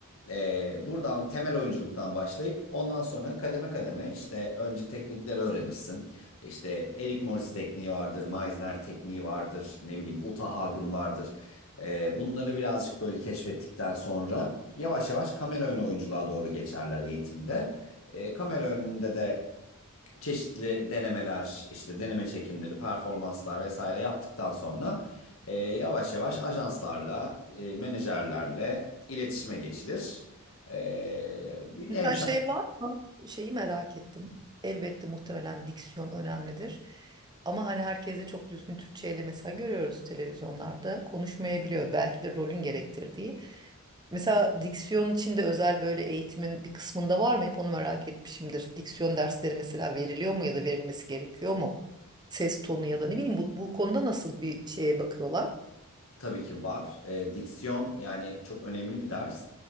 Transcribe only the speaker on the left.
E, buradan temel oyunculuktan başlayıp ondan sonra kademe kademe işte önce teknikleri öğrenirsin. İşte Eric Morris tekniği vardır, Meisner tekniği vardır vardır. Ne bileyim Uta Hagen vardır. E, bunları birazcık böyle keşfettikten sonra yavaş yavaş kamera önü oyunculuğa doğru geçerler eğitimde. E, kamera önünde de çeşitli denemeler, işte deneme çekimleri, performanslar vesaire yaptıktan sonra e, yavaş yavaş ajanslarla, e, menajerlerle iletişime geçilir. E, bir
hemşire
Tabii ki var. E, diksiyon yani çok önemli bir ders.